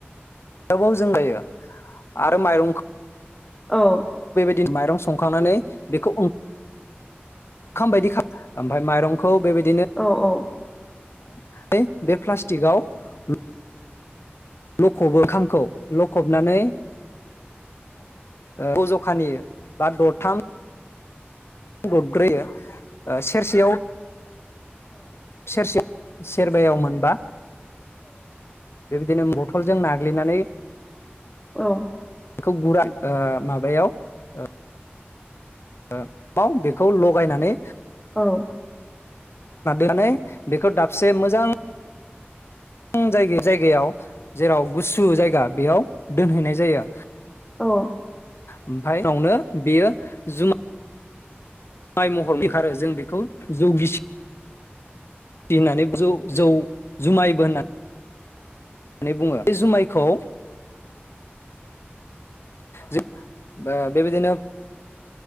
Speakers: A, on the left (about 80°); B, on the left (about 15°).
A: आरोबाव जों जायो आरो माइरंखौ
B: औ
A: दि माइरं सं खांनानै बेखौ ओं खाम बायदि <inaudible> ओमफाय माइरंखौ बेबाय
B: औ औ।
A: <inaudible> बे प्लास्टिकआव ल लखबो ओंखाम खौ लखबनानै ओ <inaudible> खानियो बा दरथाम ददब्रैयो ओ सेरसेयाव सेरसेयाव सेरबायाव मोनबा। बेबायदिनो बथलजों नाग्लिनानै
B: औ।
A: खौ गुरा ओ माबायाव ओ ओ बाव बेखौ लगायनानै
B: औ।
A: <inaudible> बेखौ दाबसे मोजां <inaudible> जाय जायगायाव जेराव गुसु जायगा बेयाव दोनहैनाय जायो।
B: औ।
A: ओमफाय उनावनो बेयो जुमा माइ महर‌ ओंखारो जों बेखौ जौगिसि फि होननानै जौ जौ जुमाइबो होनना नै बुङो बे जुमाइ खौ। जो ओ बेबायदिनो